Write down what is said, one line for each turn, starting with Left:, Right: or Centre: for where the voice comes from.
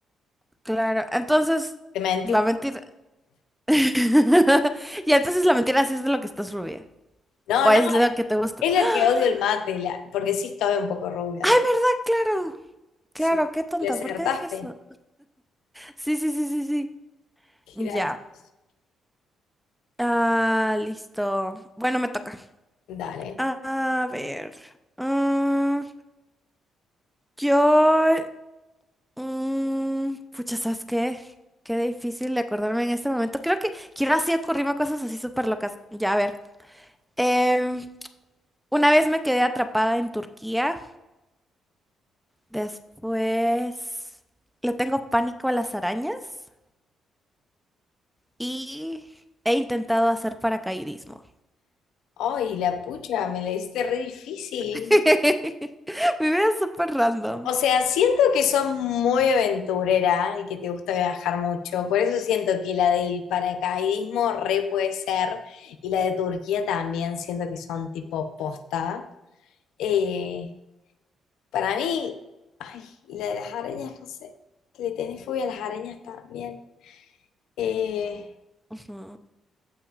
Centre: claro. Entonces,
Left: Te mentí
Centre: la
Left: un
Centre: mentira... <laughs> Y entonces la mentira sí es de lo que estás rubia.
Left: No,
Centre: O
Left: no,
Centre: es de lo que te gusta.
Left: es la
Centre: ¡Ah!
Left: que odio el mate, la- porque sí estaba un poco rubia.
Centre: ¡Ay,
Left: De...
Centre: verdad! Claro. Claro,
Left: Sí.
Centre: qué tonta.
Left: ¿Le acertaste?
Centre: ¿Por qué dije eso? Sí, sí, sí, sí, sí. Ya.
Left: Gracias.
Centre: Ah, listo. Bueno, me toca.
Left: Dale.
Centre: A ver. Mm, yo. mm, pucha, ¿sabes qué? Qué difícil de acordarme en este momento. Creo que quiero así ocurrirme cosas así súper locas. Ya, a ver. Em, una vez me quedé atrapada en Turquía Después le tengo pánico a las arañas y he intentado hacer paracaidismo.
Left: Ay, la pucha, me la hiciste re difícil.
Centre: <laughs> Mi vida es súper random.
Left: O sea, siento que sos muy aventurera y que te gusta viajar mucho. Por eso siento que la del paracaidismo re puede ser. Y la de Turquía también siento que son tipo posta. Eh, para mí, y la de las arañas, no sé. Que le tenés fobia a las arañas también. Eh,
Centre: Ujú,